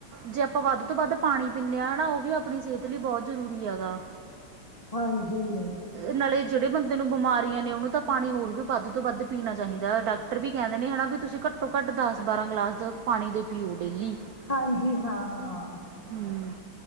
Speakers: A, on the right; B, on the left.
A: ਜੇ ਆਪਾਂ ਵੱਧ ਤੋਂ ਵੱਧ। ਪਾਣੀ ਪੀਨੇ ਆ ਹਨਾ ਓ ਵੀ ਆਪਣੀ ਸਿਹਤ ਲਈ ਬਹੁਤ ਜ਼ਰੂਰੀ ਆ ਗਾ।
B: ਹਾਂਜੀ।
A: ਨਾਲੇ ਜਿਹੜੇ ਬੰਦੇ ਨੂੰ ਬਿਮਾਰੀਆਂ ਨੇ ਉਹਨੂੰ ਤਾਂ ਪਾਣੀ ਹੋਰ ਵੀ ਵੱਧ ਤੋਂ ਵੱਧ ਪੀਣਾ ਚਾਹੀਦਾ ਡਾ ਡਾਕਟਰ ਵੀ ਕਹਿੰਦੇ ਨੇ ਹਨਾ ਵੀ ਤੁਸੀਂ ਘੱਟੋ ਘੱਟ ਦਸ ਬਾਰਾਂ ਗਲਾਸ ਪਾਣੀ ਦੇ ਪੀਓ ਡੇਲੀ।
B: ਹਾਂਜੀ ਹਾਂ।
A: ਹੂੰ,